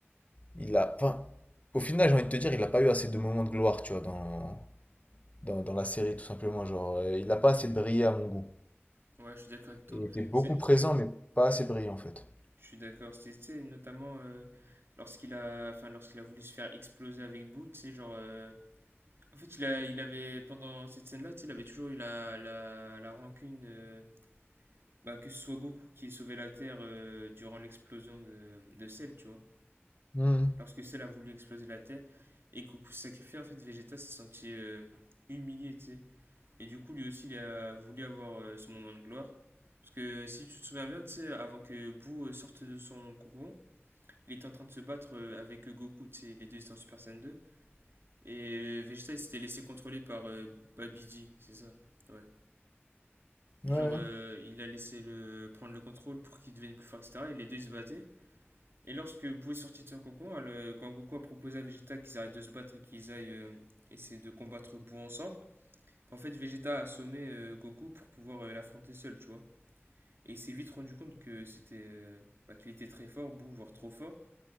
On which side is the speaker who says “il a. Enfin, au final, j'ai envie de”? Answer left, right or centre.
Left